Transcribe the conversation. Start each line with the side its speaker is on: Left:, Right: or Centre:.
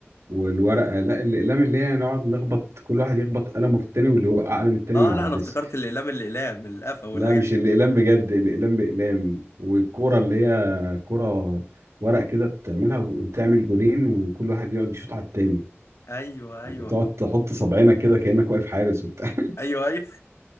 Right: والورقة لا الأقلام اللي هي نقعد نخبط كل واحد يخبط قلمه في التاني واللي يوقع قلم التاني
Left: أه
Right: من على
Left: لا أنا
Right: الديسك
Left: افتكرت الأقلام الأقلام القفا والحاجات
Right: لا مش الأقلام بجد الأقلام بأقلام والكورة اللي هي كورة ورق كده تعملها وتعمل جولين وكل واحد يقعد يشوط على التاني
Left: أيوه أيوه
Right: وتقعد تحط صابعينك كده كأنك واقف حارس وبتاع
Left: أيوه أيوه <laughs>